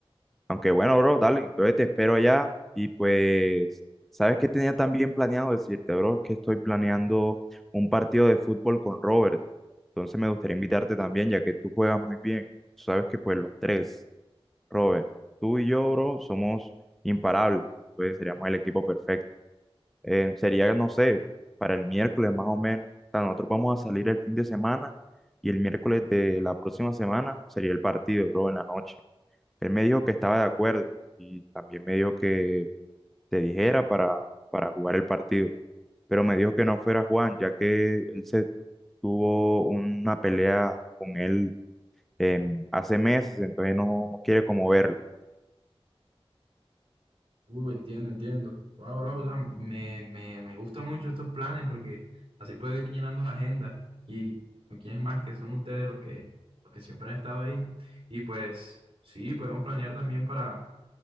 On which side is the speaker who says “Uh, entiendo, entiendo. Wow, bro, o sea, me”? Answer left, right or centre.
Right